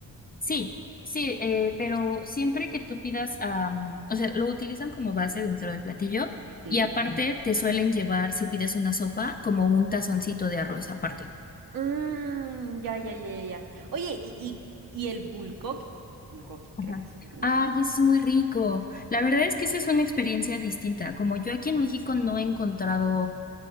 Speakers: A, on the left; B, on the right.
A: Sí, sí, eh, pero siempre que tú pidas, am, o sea, lo utilizan como base dentro del platillo
B: Sí.
A: y aparte te suelen llevar, si pides una sopa, como un tazoncito de arroz aparte.
B: Mm, ya, ya, ya, ya, ya. Oye, ¿y, y, y el bulgogi? Bulgogi,
A: Ajá.
B: creo que así se pronuncia.
A: Ay, es muy rico. La verdad es que esa es una experiencia distinta. Como yo aquí en México no he encontrado